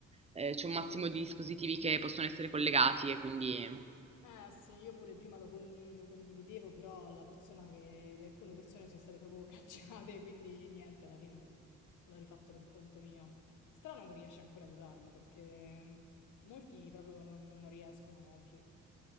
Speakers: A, on the right (about 20°); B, on the left (about 80°).
A: eh, c'è un massimo di dispositivi che possono essere collegati e quindi...
B: Eh sì, io pure prima lo, condi- lo condividevo, però la persona che... le- alcune persone sono state proprio <laughs> cacciate, quindi niente, alla fine l'ho rifatto per conto mio. Strano che riesci ancora ad usarlo, perché molti proprio non, non riescono più.